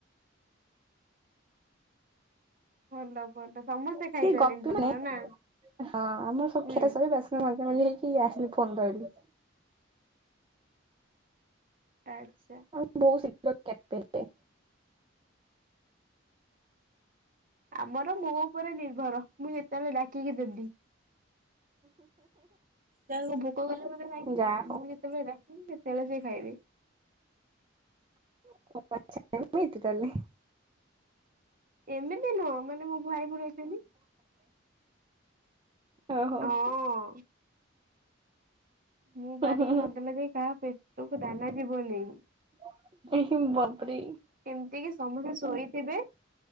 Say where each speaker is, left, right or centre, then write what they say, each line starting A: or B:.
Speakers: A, on the right (about 45°); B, on the right (about 25°).
A: ଭଲ ଭଲ। ସମସ୍ତେ
B: <unintelligible>
A: ଖାଇସାରିଲେଣି ତମର ନା
B: <unintelligible>
A: ହୁଁ ଆଚ୍ଛା।
B: ହଁ ବହୁତ୍ <unintelligible>
A: ଆମର ମୋ ଉପରେ ନିର୍ଭର, ମୁଁ ଯେତେବେଳେ ଡାକିକି ଦେବି। ତା ଭୋକ <unintelligible> ସେବେ
B: ଯା ହଉ
A: ଡାକିବି ସେ ତେଳ ସଏ ଖାଇବି।
B: <unintelligible>
A: ଏମିତି ନୁହଁ ମାନେ ମୋ ଭାଇ ଭଉଣୀ ରହିଛନ୍ତି।
B: ଓହୋ
A: ହଁ-ଅଁ ମୁଁ ବାରିକି
B: ହୁଁ ହୁଁ
A: ନଦେଲା ଯାଏ କାହା ପେଟକୁ ଦାନା ଯିବନି।
B: <unintelligible>
A: ଏମିତି କି ସମସ୍ତେ ଶୋଇଥିବେ